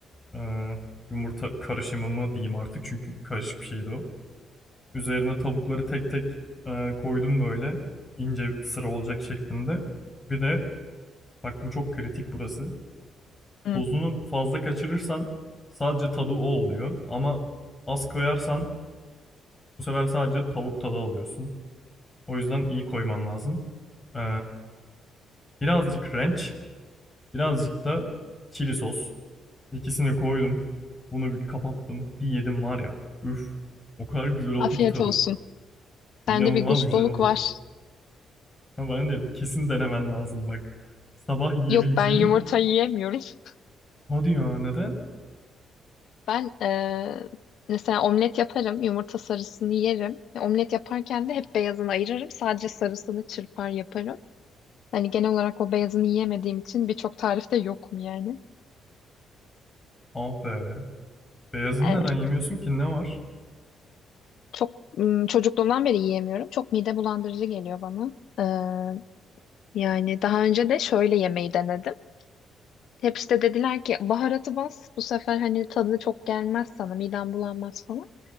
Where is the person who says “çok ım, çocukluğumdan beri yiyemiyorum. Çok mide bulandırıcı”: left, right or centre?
Left